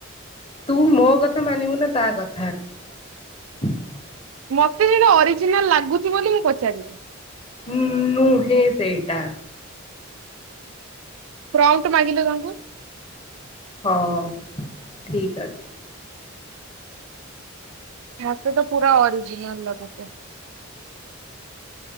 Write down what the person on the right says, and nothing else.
ମତେ ସେଟା ଅରିଜିନାଲ ଲାଗୁଚି ବୋଲି ମୁଁ ପଚାରିଲି।
ପ୍ରମ୍ପଟ ମାଗିଲ ତାଙ୍କୁ
ମତେ ତ ପୁରା ଅରିଜିନାଲ ଲାଗୁଛି।